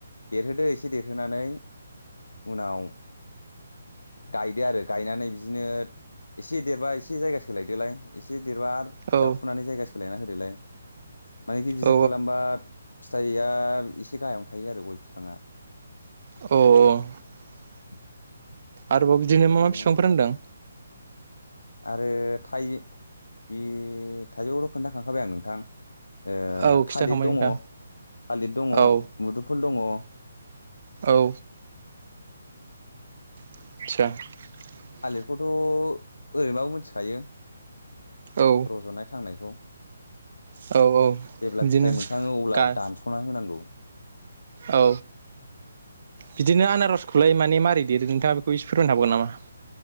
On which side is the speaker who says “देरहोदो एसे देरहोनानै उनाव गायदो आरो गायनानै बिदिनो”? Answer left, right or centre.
Left